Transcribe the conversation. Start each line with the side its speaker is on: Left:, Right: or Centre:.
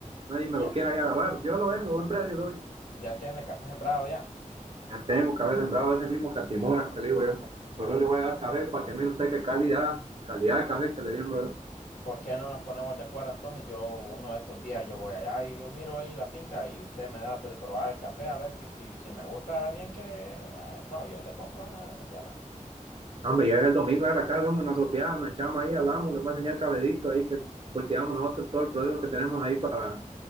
Right: nadie me
Left: ya,
Right: lo quiera ahí agarrar, yo lo vendo, buen precio lo doy.
Left: ya tiene café sembrado ya.
Right: Ya tengo que haber sembrado ese mismo catimora que le digo yo, pero le voy a dar café para que mire usted qué calidad, calidad de café que le dimos
Left: ¿Por qué no nos ponemos de acuerdo? Entonces yo uno de estos días yo voy allá y yo miro ahí la finca y usted me da pues, de probar el café a ver que si, si me gusta bien que... ah, No, yo le compro esa, esa tierra.
Right: No, me llega el domingo a la casa, hombre, nos sopeamos, nos echamos ahí, hablamos, le vamos a enseñar el cabedito ahí que cultivamos nosotros todo el producto que tenemos ahí para,